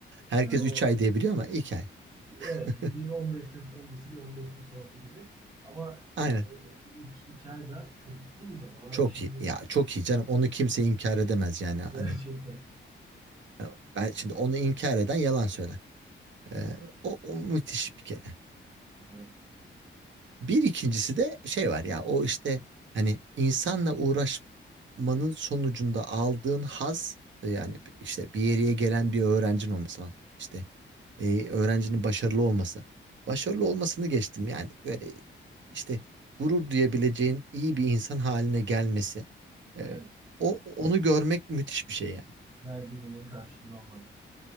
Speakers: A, on the right (about 65°); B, on the right (about 15°).
A: Herkes
B: Yani o
A: üç ay diyebiliyor ama iki ay.
B: evet
A: <laughs>
B: bir 15 gün öncesi bir 15 gün sonrası gibi. Ama
A: Aynen.
B: e, ilk iki ay da çok ciddi bir zaman
A: Çok
B: abi şimdi
A: iyi. Ya çok iyi canım. Onu kimse inkar edemez yani.
B: <laughs>
A: Hani
B: gerçekten.
A: e, ben şimdi onu inkar eden yalan söyler. E, o, o müthiş bir kere.
B: Evet.
A: Bir ikincisi de şey var ya o işte hani insanla uğraşmanın sonucunda aldığın haz e, yani işte bir yere gelen bir öğrencin olması falan. İşte e, öğrencinin başarılı olması. Başarılı olmasını geçtim yani böyle işte gurur duyabileceğin iyi bir insan haline gelmesi. E,
B: Evet.
A: o onu görmek müthiş bir şey yani.
B: Verdiğinin karşılığını almak.